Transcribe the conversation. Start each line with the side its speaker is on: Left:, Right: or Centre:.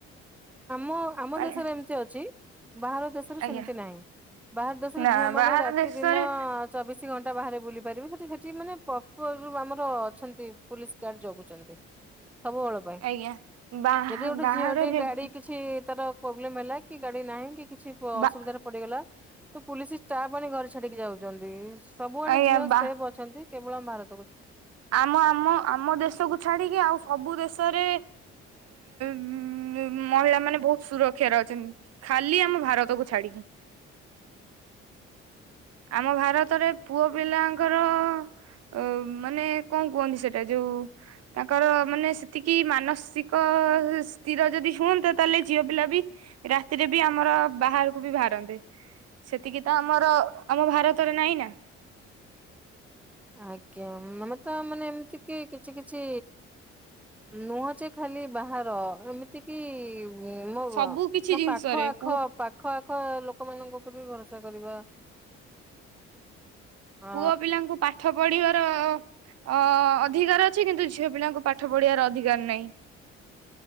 Centre: ଆମ ଆମ
Right: ମାନେ
Centre: ଦେଶରେ ଏମିତି ଅଛି। ବାହାର ଦେଶରେ
Right: ଆଜ୍ଞା
Centre: ସେମତି ନାହିଁ ବାହାର ଦେଶରେ
Right: ନା
Centre: ଝିଅ ମାନେ
Right: ବାହାର
Centre: ରାତି
Right: ଦେଶରେ
Centre: ଦିନ ଚବିଶି ଘଣ୍ଟା ବାହାରେ। ବୁଲି ପାରିବୁ ସେଠି ସେଠି ପର୍ପାଜ୍ ମାନେ ଆମର ଅଛନ୍ତି ପୁଲିସ ଗାର୍ଡ ଜଗୁଛନ୍ତି। ସବୁବେଳ ପାଇଁ।
Right: ଆଜ୍ଞା ବାହା
Centre: ଯଦି ଗୋଟେ
Right: ବାହାର
Centre: ଝିଅଟେ
Right: ଯେ
Centre: ଗାଡି କିଛି ତାର ପ୍ରୋବ୍ଲେମ ହେଲା କି ଗାଡି ନାହିଁ କି କିଛି ଅସୁବିଧାରେ
Right: ବା
Centre: ପଡିଗଲା ତ ପୁଲିସ ଷ୍ଟାଫ ମାନେ ଘରେ ଛାଡିକି ଯାଉଛନ୍ତି ସବୁଆଡେ
Right: ଆଜ୍ଞା
Centre: ଝିଅ
Right: ବା
Centre: ସେଭ ଅଛନ୍ତି। କେବଳ ମାର୍
Right: ଆମ ଆମ ଆମ ଦେଶକୁୁ ଛାଡିକି ଆଉ ସବୁ ଦେଶ ରେ ମହିଳା ମାନେ ବହୁତ ସୁରକ୍ଷାରେ ଅଛନ୍ତି ଖାଲି ଆମ ଭାରତକୁ ଛାଡିକି। ଆମ ଭାରତରେ ପୁଅ ପିଲାଙ୍କର ଅ ମାନେ କଣ କୁହନ୍ତି ସେଇଟା ଯୋଉ ତାଙ୍କର ମାନେ ସେତିକି ମାନସିକ ସ୍ଥିର ଯଦି ହୁଅନ୍ତା ତାହେଲେ ଝିଅ ପିଲା ବି ରାତିରେ ବି ଆମର ବାହାରକୁ ବି ବାହାରନ୍ତେ ସେତିକି ତ ଆମର ଆମ ଭାରତରେ ନାଇଁ ନା
Centre: ଆଜ୍ଞା ଆମେ ତ ମାନେ ଏମିତି କି କିଛି କିଛି ନୁହଁ ଯେ ଖାଲି ବାହାର ଏମିତି କିି ମୋ
Right: ସବୁ କିଛି
Centre: ମୋ
Right: ଜିନିଷରେ
Centre: ପାଖ ଆଖ
Right: ପୁ
Centre: ପାଖ ଆଖ ଲୋକମାନଙ୍କୁ ଉପର ବି ଭରସା କରିବା ଆ
Right: ପୁଅ ପିଲାଙ୍କୁ ପାଠ ପଢିବାର ଅ ଅଧିକାର ଅଛି କିନ୍ତୁ ଝିଅ ପିଲାଙ୍କୁ ପାଠ ପଢିବାର ଅଧିକାର ନାହିଁ।